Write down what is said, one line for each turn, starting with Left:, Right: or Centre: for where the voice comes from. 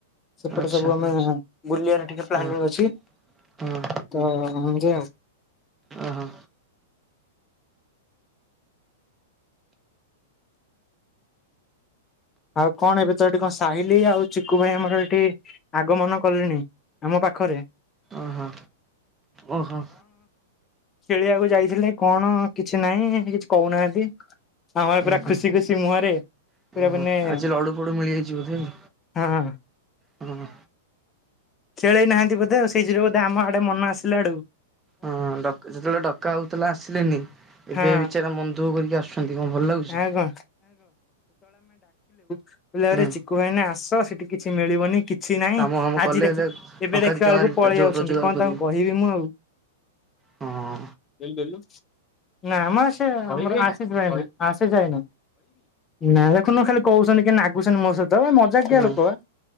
Left: ସେପଟେ
Right: ଆଚ୍ଛା
Left: ସବୁ ଆମେ ବୁଲିବାର ଟିକେ ପ୍ଲାନିଂ
Right: ହଁ
Left: ଅଛି।
Right: ହଁ
Left: ତ ଏମିତି ଆଉ।
Right: ଓ ହୋ।
Left: ଆଉ କଣ ଏବେ ତ ଏଠି କଣ ସାହିିଲି ଆଉ ଚିକୁୁ ଭାଇ ଆମର ଏଠି ଆଗମନ କଲେଣି। ଆମ ପାଖରେ।
Right: ଓ ହୋ। ଓ ହୋ।
Left: ଖେଳିିବାକୁ ଯାଇଥିଲେ କଣ କିଛି ନାହିଁ କିଛି କହୁନାହାନ୍ତି। ଆମର
Right: ଓହୋ
Left: ପୁରା ଖୁସି ଖୁସି ମୁହଁରେ ପୁରା
Right: ଓହୋ
Left: ମାନେ
Right: ଆଜି ଲଡୁ ଫଡୁ ମିଳିଯାଇଛି ବୋଧେ ଆଉ।
Left: ହଁ।
Right: ଓହୋ
Left: ଖେଳେଇ ନାହାନ୍ତି ବୋଧେ ସେଇ ଯୋଗୁ ବୋଧେ ଆମ ଆଡେ ମନ ଆସିଲା ଡୁ
Right: ହଁ ଡ ଯେତେବେଳେ ଡକା ହୋଉଥିଲା ଆସିଲନି। ଏବେ
Left: ହଁ
Right: ବିଚାରା ମନ ଦୁଃଖ କରିକି ଆସୁଛନ୍ତି କଣ ଭଲ ଲାଗୁଛି।
Left: ଆଉ କଣ କହିଲା
Right: ହୁଁ
Left: ଆରେ ଚିକୁ ଭାଇନା ଆସ ସେଠି କିଛି ମିଳିବନି କିଛି ନାଇଁ
Right: କାମ ଫାମ
Left: ଆଜି
Right: କଲେ
Left: ଦେଖି
Right: ହେଲେ
Left: ଏବେ
Right: ଟଙ୍କା
Left: ଦେଖିଲା
Right: ଦି ଟଙ୍କା
Left: ବଳକୁ ପଳେଇ
Right: ଯୋ
Left: ଆଉଛନ୍ତି
Right: ରୋଜଗାର
Left: କଣ
Right: କରିବୁ।
Left: ତାଙ୍କୁ କହିବି ମୁଁ ଆଉ।
Right: ହଁ
Left: ଦେଲୁ ଦେଲୁ। ନାମ ସେ ଆମର ଆଶିଷ ଭାଇନା ଆଶିଷ ଭାଇନା ନା ଦେଖୁନ ଖାଲି କ କହୁଛନ୍ତି କେନ୍ତି ନାଗୁଛନ୍ତି ମୋ ସହିତ ଏ ମଜାକିଆ
Right: ହୁଁ
Left: ଲୋକ ବା